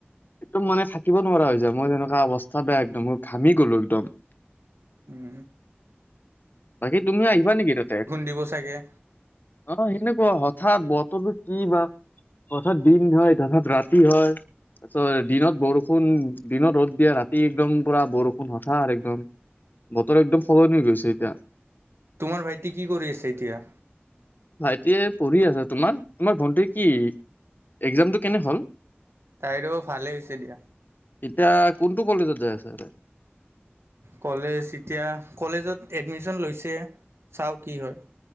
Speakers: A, on the left; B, on the right.
A: একদম মানে থাকিব নোৱাৰা হৈ যায় মই তেনেকুৱা অৱস্থা বেয়া একদম মোৰ ঘামি গ'লো একদম।
B: উম।
A: বাকী তুমি আহিবা নেকি তাতে,
B: দিব চাগে
A: অ' সেনেকুৱা তথা বতৰো কি বা, হথাৎ দিন হয় তথাৎ ৰাতি হয়। তাৰপিছত দিনত বৰষুণ দিনত ৰ'দ দিয়া ৰাতি একদম পুৰা বৰষুণ হঠাৎ একদম। বতৰ একদম সলনি হৈ গৈছে এতিয়া।
B: তোমাৰ ভাইটি কি কৰি আছে এতিয়া?
A: এতিয়া পঢ়ি আছে তোমাৰ তোমাৰ ভণ্টিৰ কি, এক্জামটো কেনে হ'ল?
B: তাইো ভালে হৈছে দিয়া।
A: এতিয়া কোনটো কলেজত যাই আছে?
B: কলেজ এতিয়া কলেজত এডমিশন লৈছে, চাওঁ কি হয়।